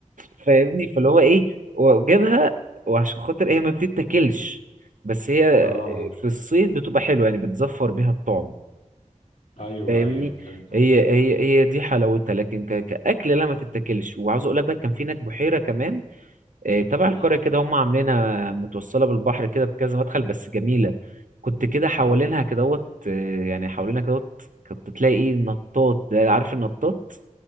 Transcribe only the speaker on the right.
فاهمني فاللي هو ايه واجيبها وعشان خاطر هي ما بتتاكلش بس هي
في الصيد بتبقى حلوه يعني بتزفر بيها الطعم
فاهمني
هي هي هي دي حلاوتها لكن ك... كاكل لا ما تتاكلش وعاوز اقول لك بقى كان في هناك بحيره كمان إيه، تبع
القرية كده هم عاملينها متوصلة بالبحر كده بكذا مدخل بس جميلة كنت كده حوالينها
كدهوت إيه، يعني حوالينها كدهوت كنت تلاقي ايه نطاط ده عارف النطاط